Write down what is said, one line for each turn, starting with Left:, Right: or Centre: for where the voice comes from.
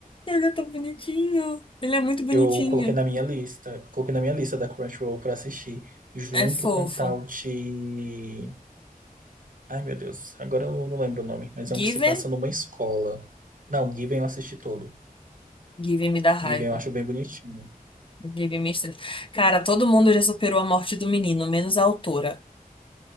Left: Ele é tão bonitinho. Ele é muito bonitinho.
Right: Eu coloquei na minha lista. eu Coloquei na minha lista da Crunchyroll pra assistir. Junto
Left: É fofo.
Right: com o tal de... Ai, meu Deus. Agora eu não lembro o nome. Mas
Left: Given?
Right: é um que se passa numa escola. Não, Given eu assisti todo.
Left: Given me dá raiva.
Right: Given eu acho bem bonitinho.
Left: Given me estressa. Cara, todo mundo já superou a morte do menino, menos a autora.